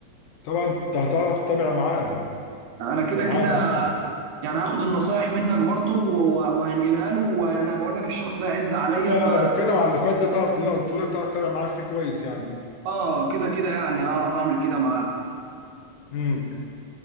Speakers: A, on the left (about 80°); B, on the right (about 80°).
A: طبعا انت هتعرف تتابع معاه
B: انا كده
A: انت
B: كده
A: معاه تمام
B: يعني هاخد النصايح منك برضو و- وهنقلها له وانا بقول لك الشخص ده عز عليا
A: اه
B: ف
A: انا بتكلم على اللي فات ده تعرف اللي انا قلته لك تعرف تتابع معاه فيه كويس يعني
B: اه كده كده يعني هعرف اعمل كده معاه
A: امم